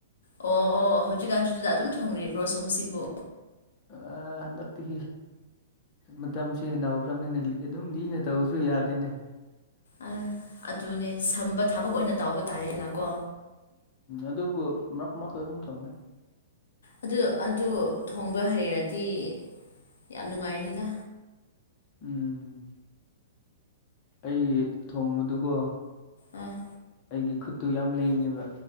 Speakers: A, on the left; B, on the left.
A: ꯑꯣ ꯑꯣ ꯍꯧꯖꯤꯛꯀꯥꯟꯁꯨ ꯑꯗꯨꯗ ꯑꯗꯨꯝ ꯊꯣꯡꯔꯤꯕ꯭ꯔꯣ ꯁꯣꯝꯁꯤꯕꯨ
B: ꯑꯥ ꯍꯟꯗꯛꯇꯤ ꯃꯇꯝꯁꯦ ꯅꯧꯈ꯭ꯔꯝꯅꯤꯅ ꯑꯗꯨꯝ ꯂꯤꯅ ꯇꯧꯔꯁꯨ ꯌꯥꯗꯦꯅꯦ
A: ꯑꯥ ꯑꯗꯨꯅꯦ ꯁꯝꯕ ꯊꯕꯛ ꯑꯣꯏꯅ ꯇꯥꯎꯕ ꯇꯥꯔꯦꯅꯀꯣ
B: ꯑꯗꯨꯕꯨ ꯃꯔꯛ ꯃꯔꯛꯇ ꯑꯗꯨꯝ ꯊꯣꯡꯉꯦ
A: ꯑꯗꯨ ꯑꯗꯨ ꯊꯣꯡꯕ ꯍꯩꯔꯗꯤ ꯌꯥꯝ ꯅꯨꯡꯉꯥꯏꯅꯤꯗ
B: ꯎꯝ ꯑꯩ ꯊꯣꯡꯕꯗꯨꯀꯣ
A: ꯑꯥ
B: ꯑꯩꯒꯤ ꯈꯨꯠꯇꯨ ꯌꯥꯝ ꯂꯦꯡꯉꯦꯕ